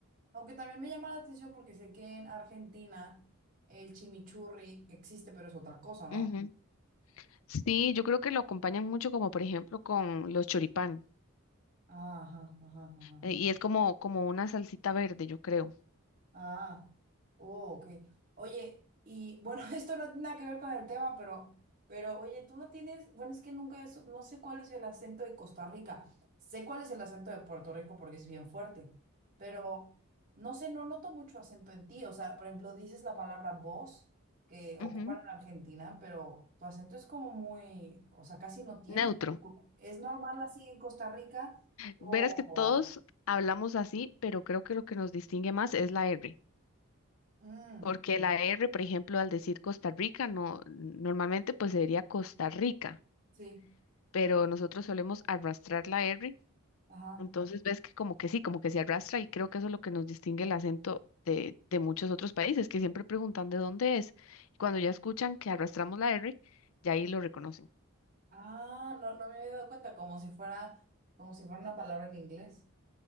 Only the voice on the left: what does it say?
Ujú. Sí, yo creo que lo acompañan mucho como por ejemplo con los choripán,
eh, y es como, como una salsita verde, yo creo.
Ujú, ujú.
Neutro.
Verás que todos
hablamos así, pero creo que lo que nos distingue más es la R.
porque la R, por ejemplo, al decir Costa Rica, no, normalmente pues se diría Costa Rica,
pero nosotros solemos arrastrar la R,
entonces ves que como que sí, como que se arrastra y creo que eso es lo que nos distingue el acento de, de muchos otros países, que siempre preguntan de dónde es. Y cuando ya escuchan que arrastramos la R, ya ahí lo reconocen.